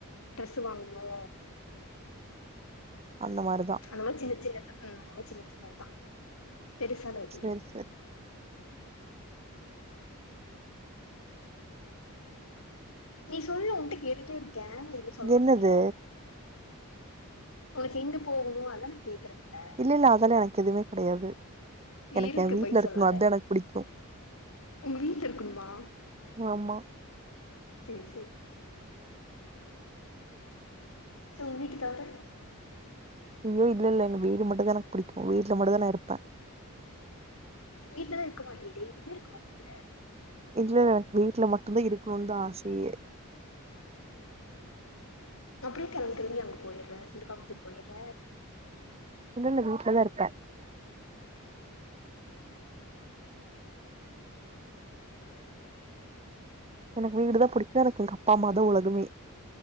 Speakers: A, on the left; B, on the right.
A: ட்ரெஸு வாங்கனூ
B: அந்த மாரிதா
A: அதுவு சின்ன சின்னத் தா ம் சின்ன சின்னத்தா பெருசாலா எதுவூ
B: சேரி
A: இல்ல
B: சேரி
A: நீ சொல்லு உன்ட்ட கேட்டுட்டே இருக்கே எதுமே சொல்ல
B: இது
A: மாட்டிங்கிற
B: என்னது
A: உனக்கு எங்க போகனூ அதான கேக்றே இப்ப
B: இல்லல்ல அதாலா எனக்கு எதுவுமே கெடயாது எனக்கு
A: இருக்கு
B: என் வீட்லயிருக்கனு
A: பொய் சொல்லாத
B: அத்தா எனக்கு புடிக்கூ
A: உங்க வீட்ல இருக்கன்மா
B: ஆம்மா
A: செர் செர் ச்ச உங்க வீட்டு தவுர
B: வீட்ல இல்ல எங்க வீடு மட்டுதா எனக் புடிக்கு வீட்ல மட்டுந்தா நாஇருப்ப
A: வீட்லவேயிருக்க மாட்டியேடி இருக்க மாட்டீங்குற
B: இல்லல்ல வீட்ல மட்டுதா இருக்னுன் தா ஆசயே
A: அப்டே கிளம்பி களம்பி அங்க போய்ட்ற சுண்டுக்கவுத்துக்கு போயட்ற
B: இல்லல்ல வீட்லதா இருப்ப எனக் வீடுதா புடிக்கு எனக்கு எங்க அப்பா அம்மா தா உலகமே